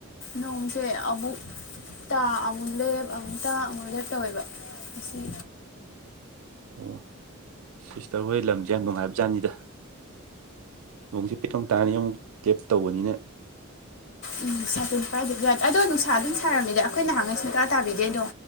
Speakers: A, on the left; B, on the right.
A: ꯅꯣꯡꯁꯦ ꯑꯃꯨꯛ ꯇꯥ ꯑꯃꯨꯛ ꯂꯦꯞ ꯑꯃꯨꯛ ꯇꯥ ꯑꯃꯨꯛ ꯂꯦꯞ ꯇꯧꯋꯦꯕ ꯑꯁꯤ꯫
B: ꯑꯣ ꯁꯤꯁꯇꯔ ꯍꯣꯏ ꯂꯝꯁꯦ ꯌꯥꯝ ꯅꯨꯡꯉꯥꯏꯕ ꯖꯥꯠꯅꯤꯗ꯫ ꯅꯣꯡꯁꯦ ꯄꯤꯇꯧ ꯇꯥꯅꯤ ꯑꯃꯨꯛ ꯂꯦꯞ ꯇꯧꯕꯅꯤꯅ
A: ꯎꯝ ꯁꯥꯇꯤꯟ ꯄꯥꯏꯗꯗꯤ ꯌꯥꯗꯦ ꯑꯗꯣ ꯅꯨꯡꯁꯥ ꯑꯗꯨꯝ ꯁꯥꯔꯝꯃꯤꯗ ꯑꯩꯈꯣꯏ ꯅꯍꯥꯟꯉꯩ ꯁꯨꯡꯇꯥꯥ ꯇꯥꯕꯤꯗꯦ ꯑꯗꯣ꯫